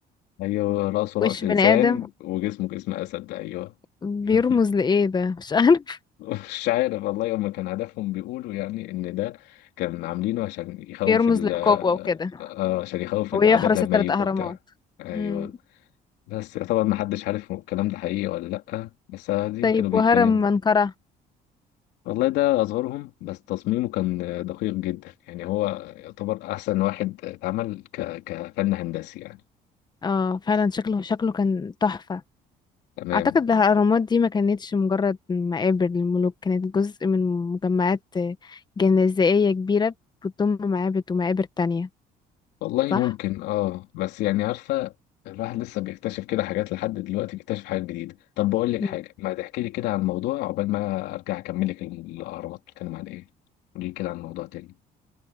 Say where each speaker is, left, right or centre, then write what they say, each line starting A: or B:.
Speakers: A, on the left (about 90°); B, on the left (about 25°).
A: أيوه رأسه رأس
B: وش
A: إنسان
B: بني ادم
A: وجسمه جسم أسد أيوه
B: بيرمز
A: <laughs>
B: لإيه ده <laughs> مش عارف
A: مش عارف والله هما كان هدفهم بيقولوا يعني ان ده كان عاملينه عشان يخوف
B: بيرمز
A: ال
B: للقوة
A: آه،
B: وكده
A: آه، عشان يخوف
B: ويحرس
A: الاعداء لما
B: الثلاث
A: يجوا
B: أهرامات
A: بتاع ايوه
B: مم.
A: بس طبعا ما حدش عارف هو الكلام ده حقيقي ولا لا بس عادي
B: طيب
A: كانوا بيتكلموا
B: وهرم منقرة
A: والله ده اصغرهم بس تصميمه كان دقيق جدا يعني هو يعتبر احسن واحد اتعمل ك... كفن هندسي يعني
B: اه فعلا شكله شكله كان تحفة
A: تمام
B: أعتقد ده الأهرامات دي ما كانتش مجرد مقابر للملوك كانت جزء من مجمعات جنائزية كبيرة بتضم معابد ومقابر تانية
A: والله
B: صح؟
A: ممكن اه بس يعني عارفة الواحد لسه بيكتشف كده حاجات لحد دلوقتي بيكتشف حاجات جديدة طب بقول لك
B: مم.
A: حاجة ما تحكي لي كده عن موضوع عقبال ما ارجع اكمل لك الاهرامات بتتكلم عن ايه قولي لي كده عن موضوع تاني